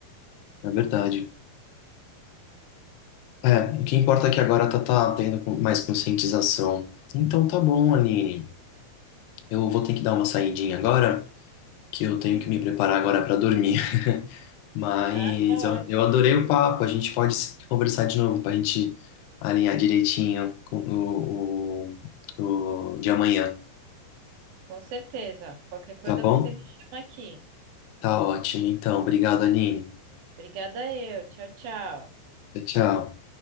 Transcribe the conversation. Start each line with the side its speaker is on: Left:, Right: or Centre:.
Left: É verdade. É, o que importa é que agora tá, tá tendo com- mais conscientização. Então tá bom, Aline. Eu vou ter que dar uma saidinha agora, que eu tenho
Right: Uhum.
Left: que me preparar agora pra dormir. <laughs> Mas
Right: Ah, tá
Left: ó,
Right: ótimo.
Left: eu adorei o papo. A gente pode se- conversar de novo pra gente alinhar direitinho com o, o, o de amanhã,
Right: Com certeza. Qualquer coisa
Left: tá bom?
Right: você me chama aqui.
Left: Tá ótimo. Então, obrigado, Aline.
Right: Obrigada eu. Tchau, tchau.
Left: Tchau, tchau.